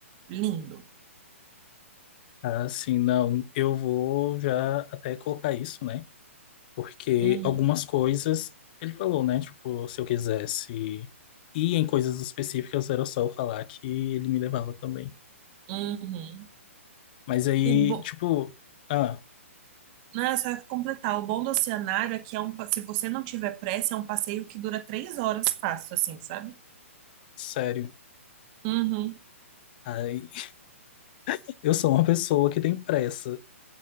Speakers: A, on the right; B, on the left.
A: Lindo.
B: Ah, sim, não. Eu vou já até colocar isso, né? Porque
A: Uhum,
B: algumas coisas, ele falou, né? Tipo, se eu quisesse ir em coisas específicas, era só eu falar que ele me levava também.
A: uhum.
B: Mas aí,
A: O bom,
B: tipo, ah,
A: né, só ia completar. O bom do oceanário é que é um, pa- se você não tiver pressa, é um passeio que dura três horas fácil, assim, sabe?
B: sério.
A: Uhum.
B: Aí, <laughs> eu sou uma pessoa que tem pressa.